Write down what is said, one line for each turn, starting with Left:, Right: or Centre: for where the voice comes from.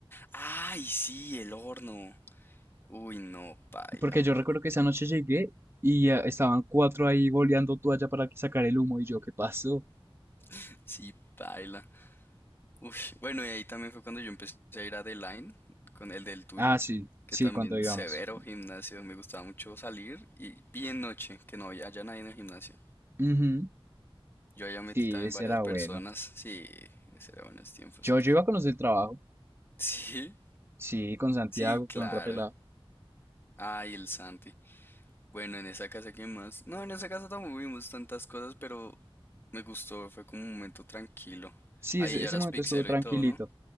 Left: ¡Ay, sí! El horno. Uy, no, paila,
Right: Porque yo
Left: mano.
Right: recuerdo que esa noche llegué y ah, estaban cuatro ahí boleando toalla para que sacar el humo y yo, ¿qué pasó?
Left: <laughs> Sí, paila. Uy, bueno, y ahí también fue cuando yo empecé a ir a The Line, con el del tuyo,
Right: Ah, sí,
Left: que
Right: sí,
Left: también
Right: cuando íbamos.
Left: severo gimnasio. Me gustaba mucho salir y bien noche, que no había haya nadie en el gimnasio.
Right: Ujú.
Left: Yo allá metí
Right: Sí,
Left: también
Right: ese
Left: varias
Right: era
Left: personas.
Right: bueno.
Left: Sí, ese era buenos tiempos.
Right: Yo, yo iba con los del trabajo.
Left: <laughs> Sí,
Right: Sí, con Santiago,
Left: Sí, claro.
Right: con otra pelada.
Left: Ay, el Santi. Bueno, en esa casa, ¿qué más? No, en esa casa tampoco vimos tantas cosas, pero me gustó, fue como un momento tranquilo.
Right: Sí,
Left: Ahí
Right: ese,
Left: ya
Right: ese
Left: eras
Right: momento
Left: pixero
Right: estuvo tranquilito.
Left: y todo, ¿no?